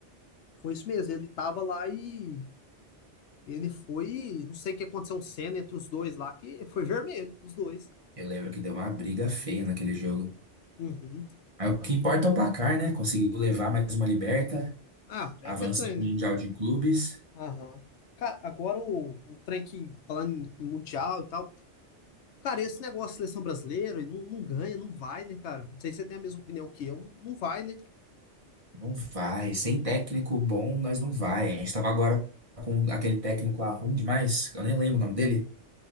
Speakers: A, on the left; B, on the right.
A: Foi isso mesmo. Ele tava lá e Ele foi, não sei o que aconteceu, um cena entre os dois lá, que foi vermelho, os dois.
B: Eu lembro que deu uma briga feia naquele jogo.
A: Uhum.
B: Aí o que importa é o placar, né? Conseguiu levar mais uma liberta,
A: Ah, é
B: avança
A: que é trem,
B: para
A: né?
B: o Mundial de Clubes.
A: Aham. Cara, agora o, o trem que, falando em, em mundial e tal, cara, esse negócio da seleção brasileira e não, não ganha, não vai, né, cara? Não sei se você tem a mesma opinião que eu, não vai, né?
B: Não vai. Sem técnico bom, nós não vai. A gente tava agora com aquele técnico lá ruim demais, eu nem lembro o nome dele,